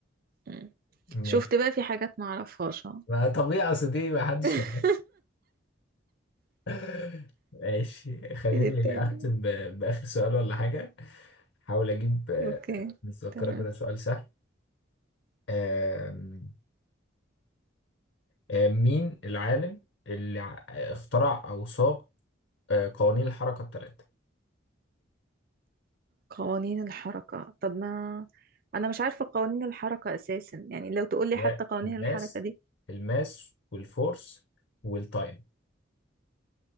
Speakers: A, on the right; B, on the left.
A: مم.
B: ماشي
A: شفت بقى في حاجات ما اعرفهاش اه
B: ما طبيعي أصل دي ما حدش
A: <laughs>
B: يعرف <laughs> ماشي خليني
A: ايه التاني
B: أختم ب- بآخر سؤال ولا حاجة حاول أجيب آه،
A: اوكي
B: متذكرة
A: تمام
B: كده سؤال سهل آم، آم، مين العالم اللي ع- اخترع أو صاغ آه، قوانين الحركة الثلاثة
A: قوانين الحركة طب ما انا مش عارفة قوانين الحركة اساسا يعني لو تقولي
B: اللي
A: حتى
B: هي
A: قوانين
B: الماس
A: الحركة دي
B: الماس والفورس والتايم